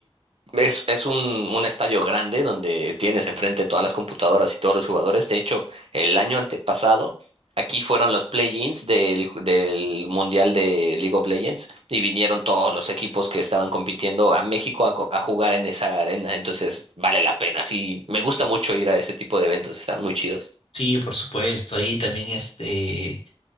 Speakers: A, on the right; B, on the left.
A: Es, es un, un estadio grande donde tienes enfrente todas las computadoras y todos los jugadores. De hecho, el año antepasado, aquí fueron los play-ins del, ju- del Mundial de League of Legends y vinieron todos los equipos que estaban compitiendo a México a, co- a jugar en esa arena. Entonces, vale la pena. Sí, me gusta mucho ir a ese tipo de eventos. Están muy chidos.
B: Sí, por supuesto, ahí también este